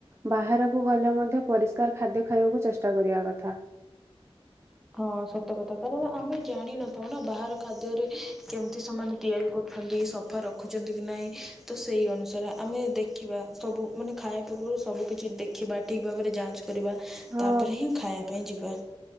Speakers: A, on the right; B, in the centre.
A: ବାହାରକୁ ଗଲେ ମଧ୍ୟ ମଧ୍ୟ ପରିଷ୍କାର ଖାଦ୍ୟ ଖାଇବାକୁ ଚେଷ୍ଟା କରିବା କଥା।
B: ହଁ ସତ କଥା କାରଣ ଆମେ ଜାଣିନଥାଉ ନା ବାହାର ଖାଦ୍ୟରେ କେମତି ସେମାନେ ତିଆରି କରୁ ର ସଫା ରଖୁଛନ୍ତି କି ନାଇଁ, ତ ସେଇ ଅନୁସାରେ ଆମେ ଦେଖିବା, ସବୁ ମାନେ ଖାଇବା ପ ମୋର ସବୁକିଛି ଦେଖିବା, ଠିକ ଭାବରେ ଯାଞ୍ଚ କରିବା,
A: ହଁ
B: ତାପରେ ହିଁ ଖାଇବା ପାଇଁ ଯିବା।